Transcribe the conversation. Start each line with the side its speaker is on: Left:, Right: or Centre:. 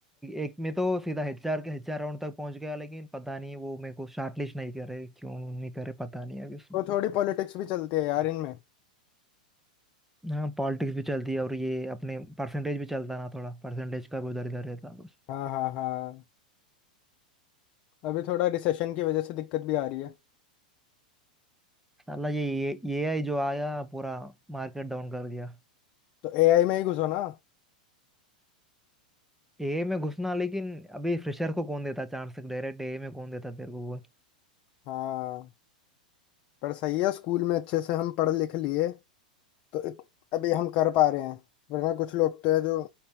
Centre: एक में तो सीधा एचआर के एचआर राउंड तक पहुंच गया लेकिन पता नहीं वो मेरे को शॉर्टलिस्ट नहीं करे क्यों नहीं करे पता नहीं अभी उसमें
Left: तो थोड़ी पॉलिटिक्स भी चलती है यार इनमें
Centre: हाँ पॉलिटिक्स भी चलती है और ये अपने परसेंटेज भी चलता ना थोड़ा परसेंटेज का भी उधर इधर रहता बस
Left: हाँ हाँ हाँ अभी थोड़ा रिसेशन की वजह से दिक्कत भी आ रही है
Centre: साला ये ये एआई जो आया पूरा मार्केट डाउन कर दिया
Left: तो एआई में ही घुसो ना
Centre: एआई में घुसना लेकिन अभी फ्रेशर को कौन देता चांस डायरेक्ट एआई में कौन देता तेरे को वो
Left: हाँ पर सही है स्कूल में अच्छे से हम पढ़ लिख लिए तो इत- अभी हम कर पा रहे हैं वरना कुछ लोग तो है जो